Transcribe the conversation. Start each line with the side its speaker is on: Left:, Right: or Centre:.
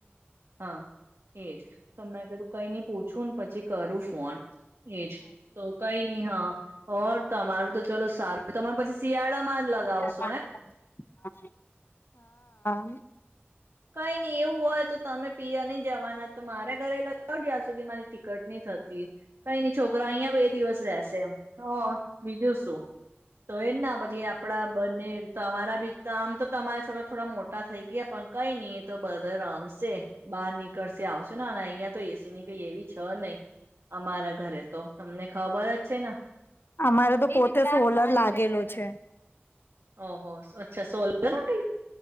Right: ਹਾਂ ਇਹਜ ਤਾਂ ਮੈਂ ਕ ਤੂੰ ਕਈ ਨਹੀਂ ਪੁੱਛੂਣ ਪਚੀ ਕਰੂ ਫੋਨ। ਏਜ ਕਈ ਨਹੀਂ ਹਾਂ। ਹੋਰ, ਤਮਾਰੋ ਤੋ ਚਲੋ ਸਾਰੂ ਤਮਰ ਪਚੀਸ ਸ਼ਿਆਲਾ ਮਾਜ ਲਗਾਉਸ।
Left: ਹਾਂ। ਹੂੰ।
Right: ਕਈ ਨਹੀਂ ਇਹੋ ਵੋ ਹੈ ਤੈਂ ਤਨੇ ਪੀ ਹੈ ਨਹੀਂ। ਜਵਾਣਾ ਤਮਾਰੇ ਘਰੇ ਲੱਗਾ ਦੇ ਅਸ ਮਾਰੀ ਟਿਕਟ ਨਹੀਂ ਥਤੀ ਕਈ ਨੀ ਛੋ ਰ ਅਈ ਬੇ ਦਿਵਸ ਰਹੇਸੇ। ਬੀਜੇ ਸੋ। ਤੋ ਏਨਾ ਬਦੀਆਂ ਪੜਬ ਨੇ ਤੋ ਵਾਰਾ ਬਿ ਤਾਮ ਤਾਂ ਤਮਾਰ ਛਕਰਾ ਥੋੜਾ ਮੋਟਾ ਥਈ ਗੇ ਅਪਣ ਕਈ ਨੀ ਤ ਬਦਰ ਰਾਮ ਸੇ ਬਾਹਰ ਨਿਕਲਸੇ ਆਸ ਨਾ ਨਈ ਯਾ ਤਾਂ ਏਸੀ ਨੀ ਕਈ ਏ ਵੀ ਛ ਨਈ। ਅਮਾਰਾ ਘਰੇ ਏਤੋਂ। ਤਮ ਨੇ ਖ਼ਬਰ ਛੇ ਨਾ।
Left: ਅਮਾਰੇ ਤਾਂ ਪੋਤੇ ਸੋਲਰ ਲਾਗੇਲੁ ਛੇ।
Right: ਔਹੋ ਅੱਛਾ ਸੋਲ। ਗਲਾਗਲ